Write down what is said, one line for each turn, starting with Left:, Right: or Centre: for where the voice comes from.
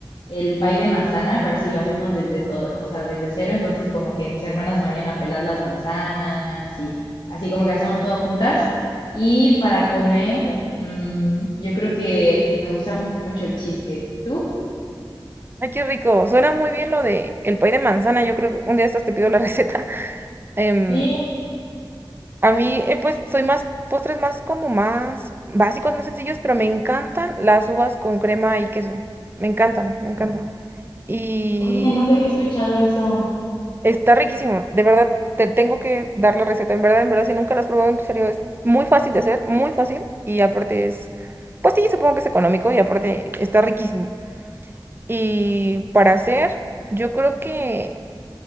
Left: el pay de manzana, pero así lo hacemos desde todo, o sea, desde cero, entonces como que mis hermanas me ayudan a pelar las manzanas y así como que hacemos todo juntas. Y para comer, mm, yo creo que me gusta mucho el cheesecake. ¿Tú?
Right: Ay, qué rico. Suena muy bien lo de el pay de manzana. Yo creo que un día de estos te pido la <laughs> receta. Em,
Left: Sí,
Right: a mí, eh, pues, soy más postres más como más básicos, más sencillos, pero me encantan las uvas con crema y queso. Me encantan, me encantan. Y
Left: oye, nunca había escuchado eso.
Right: Está riquísimo, de verdad, te tengo que dar la receta, en verdad, en verdad, si nunca la has probado, en serio, es muy fácil de hacer, muy fácil, y aparte es, pues sí, supongo que es económico, y aparte está riquísimo. Y para hacer, yo creo que